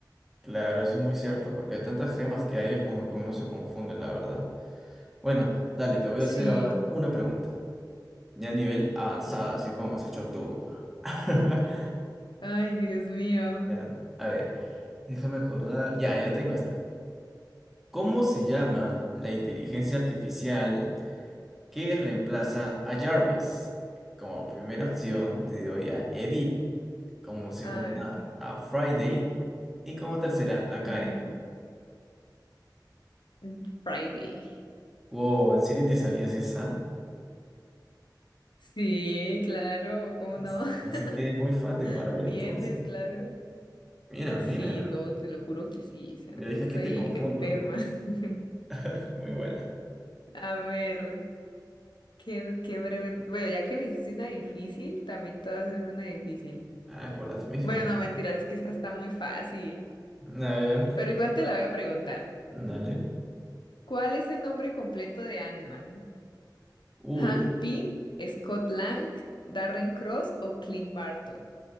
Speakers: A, in the centre; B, on the left.
A: claro, eso es muy cierto, porque de tantas gemas que hay es como que uno se confunde, la verdad. Bueno, dale, te voy
B: Sí.
A: a hacer ahora una pregunta. Ya a nivel avanzada, así como has hecho tú. <laughs>
B: Ay, Dios mío.
A: Ya, A ver. Déjame acordar. Ya, ya tengo esta. ¿Cómo se llama la inteligencia artificial que reemplaza a Jarvis? Como primera opción te doy a Edith, como segunda
B: Ay, qué-
A: a Friday y como tercera a Karen.
B: ujú. Mm, Friday.
A: Wow, ¿en serio te sabías esa?
B: Sí, claro, ¿cómo
A: No,
B: no?
A: s-
B: <laughs>
A: no sé qué, eres muy fan de Marvel
B: Viernes,
A: entonces.
B: claro.
A: Mira,
B: Sí,
A: mira.
B: no, te lo juro que sí, o sea,
A: Yo dije
B: estoy
A: aquí te confundo.
B: enferma. <laughs>
A: <laughs> Muy buena.
B: A ver. Qué, qué breve. Bueno, ya que me hiciste una difícil, también te voy a hacer una difícil.
A: Ah, con las mismas.
B: Bueno, no, mentiras, es que esta está muy fácil.
A: A ver,
B: Pero igual te la voy a preguntar.
A: dale.
B: ¿Cuál es el nombre completo de Ant-Man?
A: Uy.
B: ¿Hank Pym, Scott Lang, Darren Cross o Clint Barton?